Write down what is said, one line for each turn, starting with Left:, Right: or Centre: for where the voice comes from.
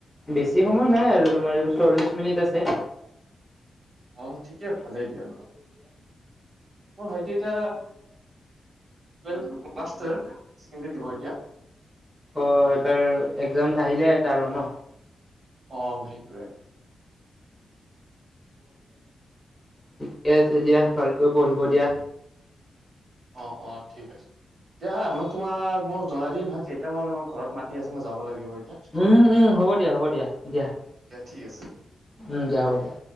Centre: বেছি সময়
Right: চাগে
Centre: নাই আৰু তোমাৰ চল্লিশ মিনিট। তেছে।
Right: অ' ঠিকে ভালেই দিয়া নহলে। মোৰ ভাইটি এতিয়া, twelve, class twelve high secondary দিব এতিয়া।
Centre: অ' এইবাৰ একজাম আহিলে এটা আৰু ন।
Right: অ সেইটোৱে
Centre: ঠিকে আছে দিয়া ভালকৈ পঢ়িব দিয়া।
Right: অ অ ঠিক আছে দিয়া হা মই তোমাক মই জনাই দিম হা কেইটামানে মই ঘৰত মাতি আছে মই যাব লাগিব এতিয়া
Centre: উম উম হ'ব দিয়া হ'ব দিয়া দিয়া
Right: দিয়া ঠিক আছে।
Centre: উম দিয়া হ'ব দিয়া